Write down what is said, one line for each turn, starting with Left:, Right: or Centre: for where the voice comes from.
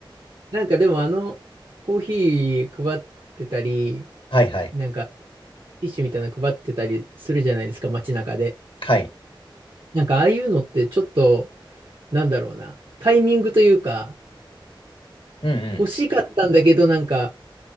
Right: なんかでもあの、コーヒー配ってたり、
Left: はいはい。
Right: なんかティッシュみたいなの配ってたりするじゃないですか、街中で。
Left: はい。
Right: なんかああいうのってちょっと、なんだろうな、タイミングというか、
Left: うんうん。
Right: 欲しかったんだけど、なんか